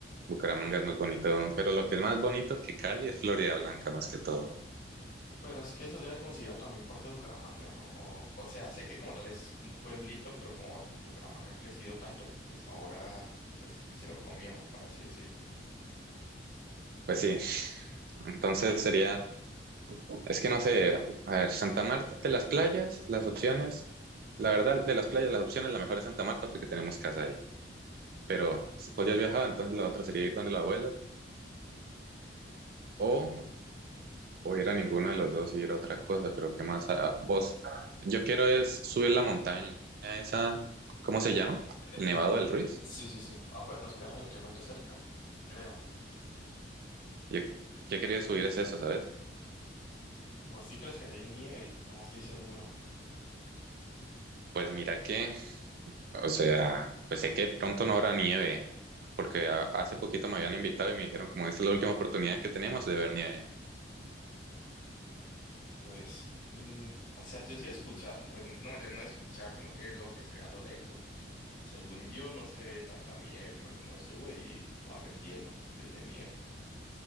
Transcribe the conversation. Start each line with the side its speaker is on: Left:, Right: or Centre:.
Right: Bucaramanga es más bonito, pero lo que es más bonito que Cali es Florida Blanca más que todo.
Left: Pero es que eso ya se considera también parte de Bucaramanga, ¿no? O, o sea, sé que como tal es un pueblito, pero como Ba- Bucaramanga ha crecido tanto, que pues ahora pues se lo comió, por así decir.
Right: Pues sí, entonces sería Es que no sé, a ver, Santa Marta, de las playas, las opciones, la verdad, de las playas, las opciones, la mejor es Santa Marta porque tenemos casa ahí. Pero si podías viajar, entonces la otra sería ir donde los abuelos o, o ir a ninguno de los dos y ir a otra cosa. Pero ¿qué más? Ah, vos, yo quiero es subir la montaña, esa, ¿cómo se llama?
Left: El-
Right: El Nevado del Ruiz.
Left: eh, sí, sí, sí. Ah, pues nos queda relativamente cerca, creo.
Right: Yo, yo quería subir es eso, ¿sabes?
Left: ¿O ¿Así crees que allí hay nieve? No estoy seguro.
Right: Pues mira que O sea, pues sé que pronto no habrá nieve, porque a- hace poquito me habían invitado y me dijeron como esta es la última oportunidad que tenemos de ver nieve.
Left: Pues, mm, o sea, yo sí he escuchado, pues no me no escuchar, sino que lo que se ve a lo lejos, según yo no se ve tanta nieve, creo que uno sube y va a haber hielo en vez de nieve,